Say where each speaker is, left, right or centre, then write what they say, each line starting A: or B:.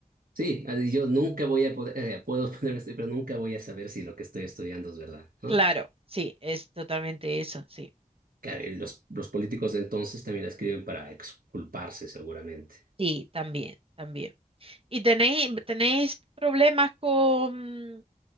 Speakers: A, on the right (about 80°); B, on the right (about 40°).
A: Sí, así yo nunca voy a poder, eh, puedo <laughs> poner esto, pero nunca voy a saber si lo que estoy estudiando es verdad, ¿no?
B: Claro, sí, es totalmente eso, sí.
A: Claro, y los, los políticos de entonces también la escriben para exculparse, seguramente.
B: Sí, también, también. ¿Y tenéis, tenéis problemas con,